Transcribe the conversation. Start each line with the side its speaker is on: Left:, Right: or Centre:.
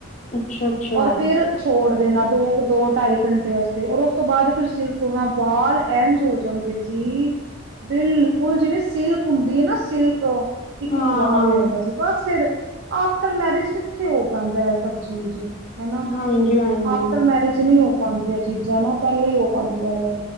Left: ਅੱਛਾ ਅੱਛਾ
Right: ਔਰ ਫੇਰ ਛੋੜ ਦੇਣਾ। ਦੋ ਕੁ ਦੋ ਢਾਈ ਘੰਟੇ ਆਸਰੇ ਔਰ ਉਸ ਤੋਂ ਬਾਅਦ ਫਿਰ ਸਿਰ ਤੋਂਨਾ ਵਾਲ ਐੰਝ ਹੋ ਜਾਂਦੇ ਸੀ ਬਿਲਕੁਲ ਜਿਵੇਂ ਸਿਲਕ ਹੁੰਦੀ ਹੈ ਨਾ ਸਿਲਕ ਇੱਕ
Left: ਹਾਂ
Right: ਇਕ ਬਾਲ ਹੋ ਜਾਂਦਾ ਸੀ ਬਸ। ਫਿਰ ਆਫਟਰ ਮੈਰਿਜ ਕਿੱਥੇ ਹੋ ਪਾਂਦਾ ਹੈ ਸਭ ਚੀਜ਼। ਹਨਾ
Left: ਹਾਂਜੀ ਹਾਂਜੀ
Right: ਆਫਟਰ ਮੈਰਿਜ ਨੀ ਹੋ ਪਾਉਂਦੀਆਂ ਚੀਜ਼ਾਂ ਨਾ ਪਹਿਲੇ ਹੀ ਉਹ ਪਾਉਂਦੀਆਂ ਨੇ।